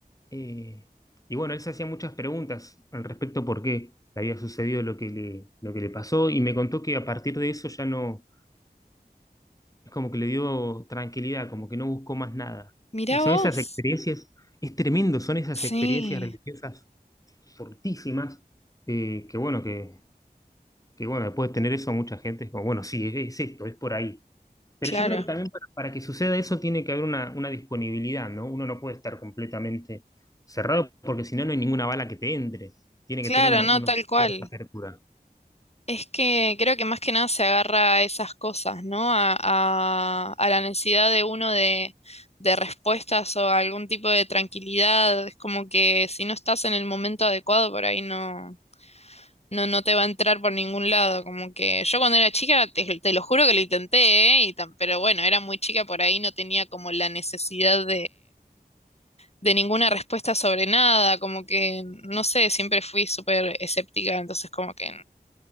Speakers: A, on the left (about 20°); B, on the left (about 40°).
A: eh, y bueno, él se hacía muchas preguntas al respecto por qué le había sucedido lo que le, lo que le pasó y me contó que a partir de eso ya no, es como que le dio tranquilidad, como que no buscó más nada.
B: mirá
A: Y son
B: vos.
A: esas experiencias, es tremendo, son esas
B: Sí,
A: experiencias religiosas fortísimas, eh, que bueno, que, que bueno, después de tener eso mucha gente es como, bueno, sí, es, es esto, es por ahí. Pero
B: claro,
A: yo creo que también para, para que suceda eso tiene que haber una, una disponibilidad, ¿no? Uno no puede estar completamente cerrado porque si no, no hay ninguna bala que te entre. Tiene
B: claro,
A: que tener uno,
B: no,
A: uno
B: tal cual.
A: cierta apertura.
B: Es que creo que más que nada se agarra a esas cosas, ¿no? A, a- a la necesidad de uno de, de respuestas o algún tipo de tranquilidad. Es como que si no estás en el momento adecuado, por ahí no, no, no te va a entrar por ningún lado. Como que yo cuando era chica, te, te lo juro que lo intenté, ¿eh? Y tan- pero bueno, era muy chica, por ahí no tenía como la necesidad de ninguna respuesta sobre nada, como que, no sé, siempre fui súper escéptica, entonces como que,